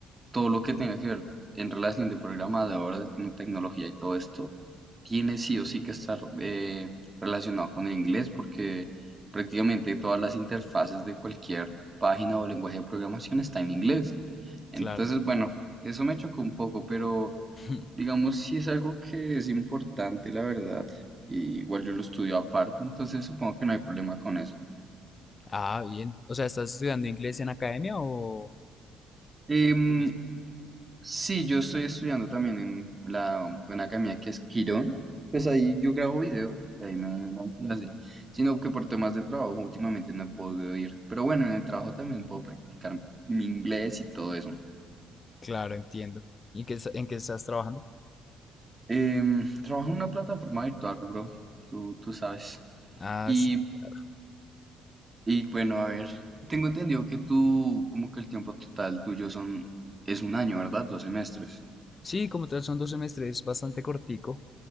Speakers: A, on the right; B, on the left.
A: todo lo que tenga que ver en relación de programador, de tec- tecnología y todo esto, tiene sí o sí que estar eh, relacionado con el inglés porque prácticamente todas las interfaces de cualquier página o lenguaje de programación está en inglés. Entonces,
B: Claro.
A: bueno, eso me chocó un poco, pero
B: <laughs>
A: digamos sí es algo que es importante, la verdad. Y igual yo lo estudio aparte, entonces supongo que no hay problema con eso.
B: Ah, bien. O sea, ¿estás estudiando inglés en academia o
A: Em,
B: tú mismo?
A: Sí, yo estoy estudiando también en la, una academia que es Quirón. Pues ahí yo grabo videos y ahí me dan clase. Sino que por temas de trabajo últimamente no he podido ir. Pero bueno, en el trabajo también puedo practicar mi inglés y todo eso.
B: Claro, entiendo. ¿Y en qué, es- en qué estás trabajando?
A: Em, trabajo en una plataforma virtual, bro. Tú, tú sabes.
B: Ah,
A: Y,
B: sí, claro.
A: y bueno, a ver. Tengo entendido que tú, como que el tiempo total tuyo son, es un año, ¿verdad? Dos semestres.
B: Sí, como tal son dos semestres, es bastante cortico.